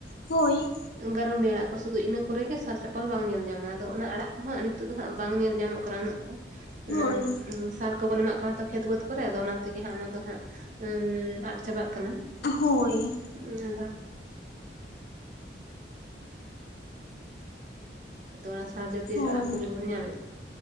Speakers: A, on the left; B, on the right.
A: ᱦᱳᱭ
B: ᱜᱟᱨᱚᱱᱰᱤ ᱟᱲᱟᱜ ᱥᱩᱫᱷᱩ ᱤᱱᱟ ᱠᱚᱨᱮ ᱜᱮ ᱥᱟᱨ ᱪᱟᱯᱟᱞ ᱵᱟᱝ ᱧᱮᱞ ᱧᱟᱢᱚᱜ ᱟᱫᱚ ᱚᱱᱟ ᱟᱲᱟᱜ ᱠᱚᱦᱚ ᱱᱤᱛᱚᱜ ᱫᱚ ᱵᱟᱝ ᱧᱮᱞ ᱧᱟᱢᱚᱜ ᱠᱟᱱᱟ ᱠᱚᱨᱟᱣ ᱦᱩᱭᱩᱜ ᱠᱟᱱᱟ
A: ᱦᱳᱭ
B: <unintelligible> ᱥᱟᱨ ᱠᱚᱵᱚᱱ ᱮᱢᱟᱜ ᱠᱟᱱᱟ ᱛᱚ ᱠᱷᱮᱛ ᱵᱟᱹᱫᱽ ᱠᱚᱨᱮ ᱟᱫᱚ ᱚᱱᱟ ᱛᱮᱜᱮ ᱦᱟᱸᱜ ᱚᱱᱟ ᱫᱚ ᱦᱟᱸᱜ ᱟᱫ ᱪᱟᱵᱟᱜ ᱠᱟᱱᱟ᱾
A: ᱦᱚᱭ᱾
B: <unintelligible> ᱛᱚ ᱚᱱᱟ ᱥᱟᱨ ᱡᱟᱹᱛᱤ
A: ᱦᱳᱭ
B: ᱟᱲᱟᱜ ᱠᱚ ᱜᱮ ᱵᱚᱱ ᱧᱟᱢᱮᱫ ᱫᱚ